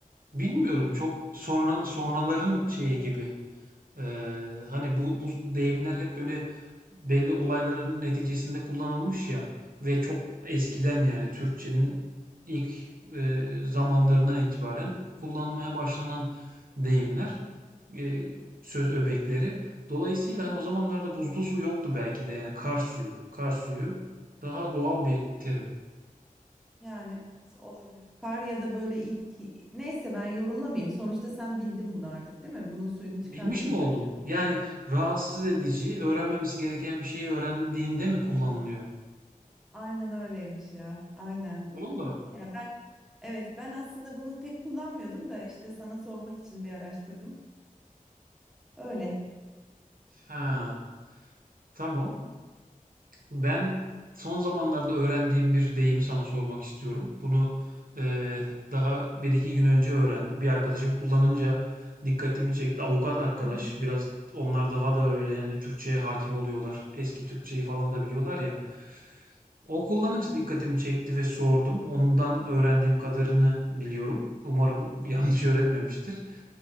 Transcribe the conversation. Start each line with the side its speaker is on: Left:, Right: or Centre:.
Right: bilmiyorum çok sonra sonraların şeyi gibi. Ee, hani bu, bu deyimler hep böyle belli olayların neticesinde kullanılmış ya ve çok eskiden yani Türkçenin ilk e, zamanlarından itibaren kullanılmaya başlanan deyimler, e, söz öbekleri. Dolayısıyla hani o zamanlarda buzlu su yoktu belki de yani kar suyu, kar suyu daha doğal bir terim.
Centre: Yani evet olabilir. Kar ya da böyle ilk neyse ben yorumlamayayım. Sonuçta sen bildin bunu artık değil mi? Bunun suyunu
Right: Bilmiş
Centre: çıkarmayayım
Right: mi oldum?
Centre: bence.
Right: Yani rahatsız edici, öğrenmemesi gereken bir şeyi öğrendiğinde mi kullanılıyor?
Centre: Aynen öyleymiş ya. Aynen.
Right: Valla.
Centre: Ya ben evet ben aslında bunu pek kullanmıyordum da işte sana sormak için bir araştırdım. Öyle.
Right: Ha. Tamam. Ben son zamanlarda öğrendiğim bir deyimi sana sormak istiyorum. Bunu eee, daha bir iki gün önce öğrendim. Bir arkadaşım kullanınca dikkatimi çekti. Avukat arkadaş.
Centre: Hı hı,
Right: Biraz onlar daha da böyle yani Türkçe'ye hakim oluyorlar. Eski Türkçeyi falan da biliyorlar ya. O kullanınca dikkatimi çekti ve sordum. Ondan öğrendiğim kadarını biliyorum. Umarım yanlış <laughs> öğretmemiştir.